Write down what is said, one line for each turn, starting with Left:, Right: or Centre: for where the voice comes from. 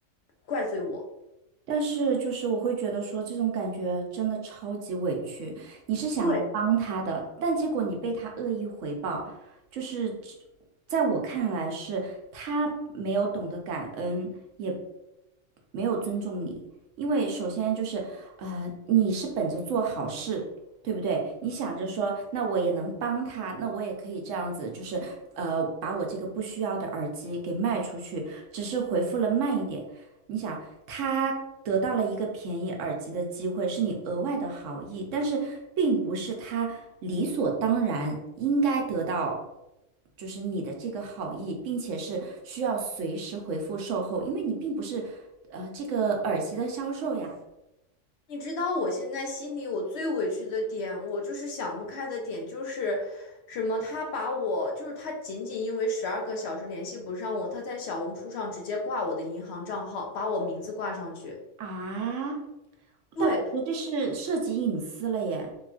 Left: 怪罪我。
Right: 但是就是我会觉得说这种感觉真的超级委屈，你是想要帮他的，
Left: 对，
Right: 但结果你被他恶意回报，就是只在我看来是他没有懂得感恩，也没有尊重你，因为首先就是呃你是本着做好事，对不对？你想着说那我也能帮他，那我也可以这样子，就是呃把我这个不需要的耳机给卖出去，只是回复了慢一点。你想，他得到了一个便宜耳机的机会，是你额外的好意，但是并不是他理所当然应该得到，就是你的这个好意，并且是需要随时回复售后，因为你并不是呃这个耳机的销售呀。
Left: 你知道我现在心里我最委屈的点，我就是想不开的点就是什么？他把我就是他仅仅因为十二个小时联系不上我，他在小红书上直接挂我的银行账号，把我名字挂上去。
Right: 啊，
Left: 对，
Right: 但我觉得这是涉及隐私了耶。